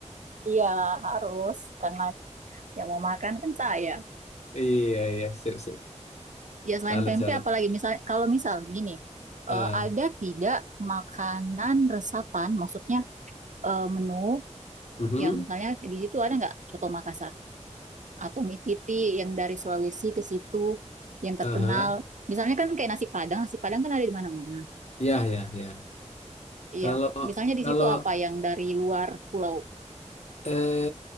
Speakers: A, on the right; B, on the left.
A: Iya, harus karena yang mau makan kan saya.
B: Eh, iya, iya. Sip, sip.
A: Ya selain
B: Salut,
A: pempek
B: salut.
A: apalagi misal kalau misal gini,
B: eh
A: eh, ada tidak makanan resapan maksudnya eh, menu
B: mhm,
A: yang misalnya di situ ada nggak coto Makassar atau mie titi yang dari Sulawesi ke situ yang terkenal.
B: aha.
A: Misalnya kan kayak nasi Padang, nasi Padang kan ada di mana-mana.
B: Ya, ya, ya.
A: Iya,
B: Kalau
A: misalnya
B: kalau
A: di situ apa yang dari luar pulau
B: Eh,